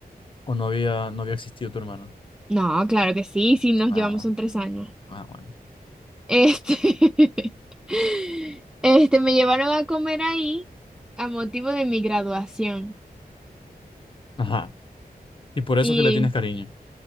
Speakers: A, on the left; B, in the centre.
A: ¿O no había, no había existido tu hermano?
B: No, claro que sí, sí, nos
A: Ah,
B: llevamos son tres años.
A: ah, bueno.
B: Este, <laughs> este, me llevaron a comer ahí a motivo de mi graduación.
A: Ajá. Y por eso
B: Y
A: que le tienes cariño.